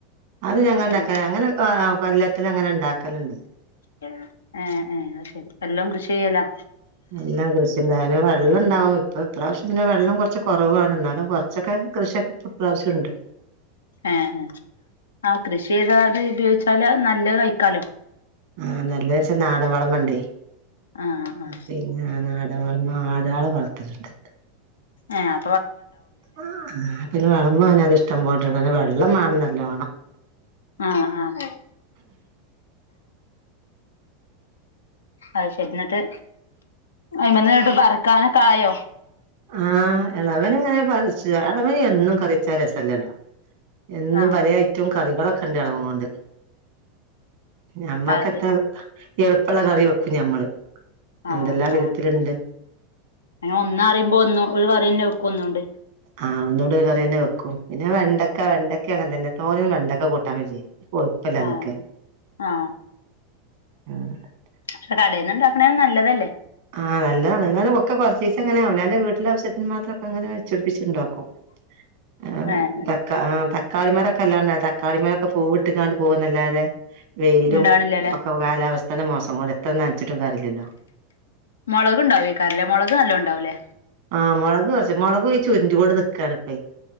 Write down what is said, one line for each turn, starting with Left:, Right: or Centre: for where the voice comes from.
Right: അത് ഞങ്ങൾ
Left: ഏഹ്
Right: ഉണ്ടാക്ക അങ്ങനെ കൊല്ലത്തി അങ്ങനെ ഇണ്ടാക്ക കലുണ്ട്
Left: ആഹ അത് ശരി എല്ലാം കൃഷി ചെയ്യലാ
Right: എല്ലാം കൃഷിണ്ടായാലും വെള്ളം ഉണ്ടാവും ഇപ്പൊ ഇപ്രാവശ്യം പിന്നെ വെള്ളം കുറച്ച കുറവാണ് എന്നാലും കുറച്ചൊക്കെ കൃഷിയൊക്കെ ഇപ്പൊ ഇപ്രാവശ്യണ്ട്
Left: ആഹ ആ കൃഷി ചെയ്തത് ഉപയോഗിച്ചാ നല്ല നല്ല കഴിക്കാലോ
Right: ആഹ നല്ല വെച്ചാ നാട വളം വണ്ടേ
Left: ആഹ് ആഹ്
Right: പിന്നെ നട വർമ്മ ആടള വളർത്തിട്ടുണ്ട്
Left: ആഹ
Right: ആ പിന്നെ വിളമ്പ അത് ഇഷ്ടം പോ <inaudible> വെള്ള വേണം നല്ലവണം
Left: ആഹ് ആഹ് അതെ ശരി എന്നിട്ട് അ മതിോട്ട് പറ കനക്കായോ
Right: ആഹ് ഇളവൻ ഇങ്ങനെ പരിച്ചു ഇളവൻ എന്നും കറിച്ചാ രസല്ലല്ലോ എന്നും
Left: ആഹ്
Right: പല ഐറ്റവും കറികളൊ കണ്ട അളവ കൊണ്ട് നമ്മക്കത്തെ
Left: അത് ശരി
Right: എളുപ്പമുള കറി വെക്കും ഞമ്മള്
Left: ആഹ്
Right: എന്തെല്ലാ വിധത്തിലുണ്ട്
Left: ആഹ് അങ്ങനെ ഒന്ന അറു ഇപ്പൊ ഒന്ന് ഒര് ക്കറിയന്നെ വെക്കന്നണ്ട്
Right: ആഹ് ഒന്നൂ കറിയന്നെ വെക്കും പിന്നെ വെണ്ടക്ക
Left: ആഹ്
Right: വെണ്ടക്ക അങ്ങനെ തന്നെ തോരൻ വേണ്ടക്ക കൂട്ടാൻ വെച്ച് കൊഴുപ്പല്ല
Left: ആ
Right: അതൊക്കെ
Left: ആ
Right: ഉം <inaudible>
Left: പക്ഷെ കടെന്നുണ്ടക്കണേൽ നല്ലതല്ലേ
Right: ആഹ് നല്ലതാണ്. എന്നും ഒക്കെ കൊറച്ചിച്ചെങ്ങനെ അവനാന്റെ വീട്ടിൽ ആവ മാത്രൊക്കെങ്ങനെ വെച്ചുട്പ്പിച്ണ്ടാക്കും ആഹ്
Left: ഏഹ് ഏഹ്
Right: തക്കാ തക്കാളിമാരൊക്കെ അല്ലാനെ തക്കാളിമാര പൂവ്ട്ട്ക്കാണ്ട് പോകുന്നല്ലാതെ വെയിലും
Left: ഇണ്ടാവണില്ലല്ലേ
Right: ഒക്കെ കാലാവസ് ഇപ്പം മാസം കൊണ്ട് എത്ര നനച്ചിട്ടും കാര്യല്ലല്ലോ
Left: മൊളക് ഇണ്ടാവേക്കാരല്ലേ മൊളക് നല്ലോം ഇണ്ടാവൂലേ
Right: ആഹ് മുളക് കൊറച്ച് മുളക് ചുരണ്ട്ക്കൊണ്ട് നിക്കാണ്പ്പെ